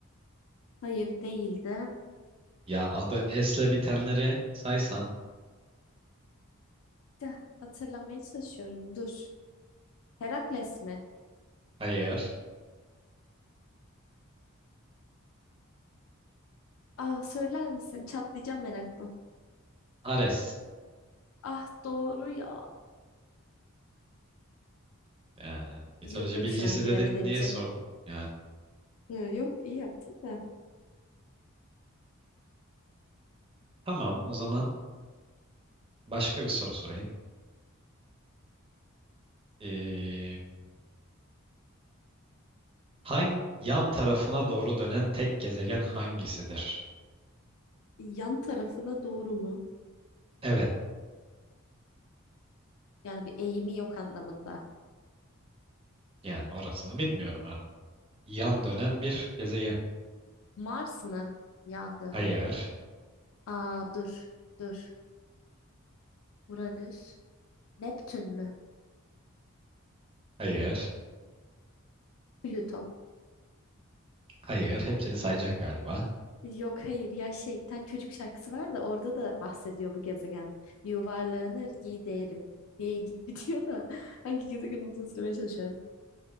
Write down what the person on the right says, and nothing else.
Ya adı S ile bitenleri saysan.
Hayır.
Ares.
Yani mitoloji
bilgisi
dedin diye
sordum. Yani
Tamam, o zaman başka bir soru sorayım. Ee, hangi yan tarafına doğru dönen tek gezegen hangisidir?
Evet,
yani orasını bilmiyorum artık. Yan dönen bir gezegen.
Hayır,
hayır,
hayır. Hepsini sayacaksın galiba.